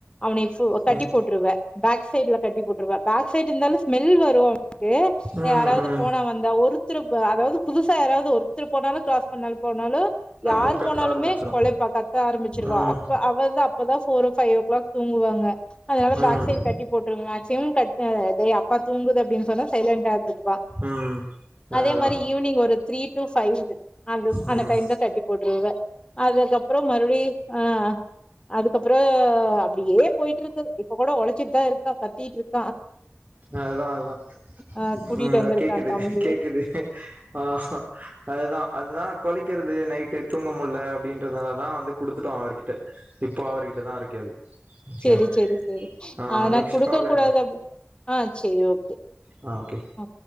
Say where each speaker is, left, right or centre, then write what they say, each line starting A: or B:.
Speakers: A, on the left (about 20°); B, on the right (about 35°).
A: அவனை கட்டி
B: ம்
A: போட்டுருவேன் பேக் சைட்லடு கட்டி போட்டுருவேன் பேக் சைடு இருந்தாலும் ஸ்மெல் வரும் அவனுக்கு
B: ம்
A: யாராவது
B: ம்
A: போனா
B: ம்
A: வந்தா ஒருத்தர்க்கு அதாவது புதுசா யாவது ஒருத்தர் போனாலும் கிராஸ் பண்ணாலும் போனாலும் யார்
B: ம் கத்த
A: போனாலுமே
B: ஆரம்பிச்சிரு
A: கொலைக்க கத்த ஆரம்பிச்சிருவம்
B: ம்
A: அப்ப அவன் அப்பதான் போபர் ஃபைவ் ஓ கிளாக் தூங்குவாங்க அதனால
B: ம்
A: பேக் சைடு கட்டி போட்டுருங்க மேக்சிமம் அப்பா தூங்குது அப்படின்னு சொன்னா சைலண்டா இருந்துக்குவான்
B: ம் அதேதா
A: அதே மாதிரி ஈவினிங் ஒரு த்ரீ பைவ் அந்த
B: ம்
A: அந்த டைம்ல கட்டி போட்டுருவேன் அதுக்கப்புறம் மறுபடியும் ஆஹ் அதுக்கப்புறம் அப்படியே போயிட்டு இருக்கு இப்ப கூட கொழைச்சிட்டுதான் இருக்கா கத்திட்டு இருக்கு
B: அதுதா அதுதா
A: ஆ கூட்டிட்டு
B: உ ம்கேக்குது
A: வந்திருக்கா தம்பி
B: கேக்குது ஆஹ அதுதா அதுதா குலைகிறது நைட்டு தூங்க முட்ல அப்படின்றதுநல தா வந்து கொடுதுட்டோம் அவர்கிட்ட இப்போ அவர்கிட்ட தான் இருக்கு ஓகே
A: செரி செரி செரி
B: ஆ
A: ஆனாகுடுக்க
B: நெக்ஸ்ட் கால்ல
A: கூடாது ஆ செரி ஓகே
B: ஆ ஓகே
A: ஆ